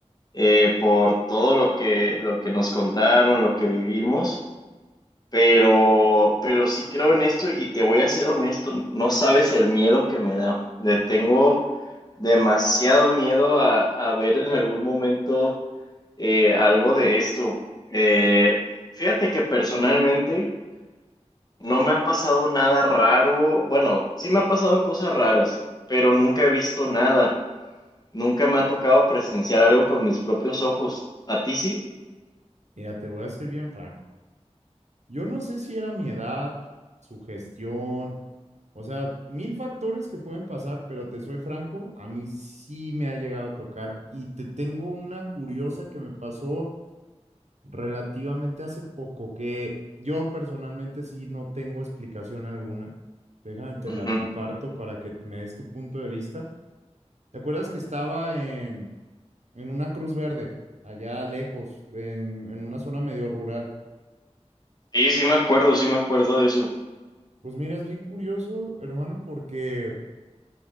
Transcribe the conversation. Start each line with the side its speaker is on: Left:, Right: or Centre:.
Left: eh, por todo lo que, lo que nos contaron, lo que vivimos, pero, pero sí creo en esto y te voy a ser honesto, no sabes el miedo que me da. Le tengo demasiado miedo a, a ver en algún momento eh, algo de esto. Eh, fíjate que personalmente... No me ha pasado nada raro. Bueno, sí me ha pasado cosas raras, pero nunca he visto nada. Nunca me ha tocado presenciar algo con mis propios ojos. ¿A ti sí?
Right: Mira, te voy a ser bien franco. Yo no sé si era mi edad, su gestión, o sea, mil factores que pueden pasar, pero te soy franco, a mí sí me ha llegado a tocar y te tengo una curiosa que me pasó relativamente hace poco, que yo personalmente sí no tengo explicación alguna. Déjame, te
Left: Ujú.
Right: la comparto para que me des tu punto de vista. ¿Te acuerdas que estaba en, en una Cruz Verde, allá lejos, en, en una zona medio rural?
Left: Sí, sí me acuerdo, sí me acuerdo de eso.
Right: Pues mira, es bien curioso, hermano, porque